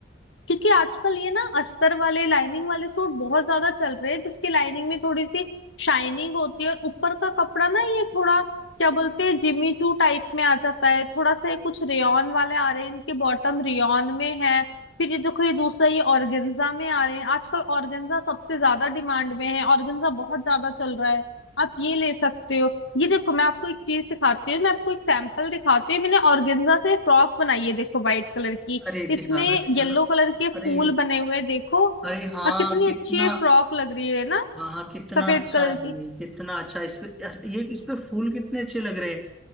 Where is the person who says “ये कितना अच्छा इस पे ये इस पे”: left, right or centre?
Centre